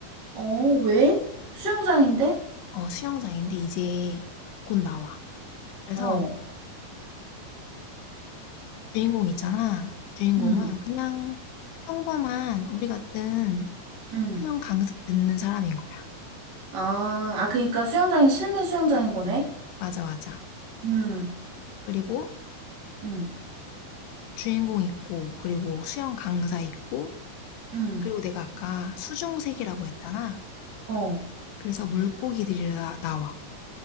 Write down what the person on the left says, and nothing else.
어, 수영장인데, 이제 곧 나와. 그래서
주인공 있잖아. 주인공은
그냥 평범한 우리 같은
수영 강습 듣는 사람인 거야.
맞아, 맞아.
그리고
주인공 있고 그리고 수영 강사 있고
그리고 내가 아까 수중색이라고 했잖아.
그래서 물고기들이 나- 나와.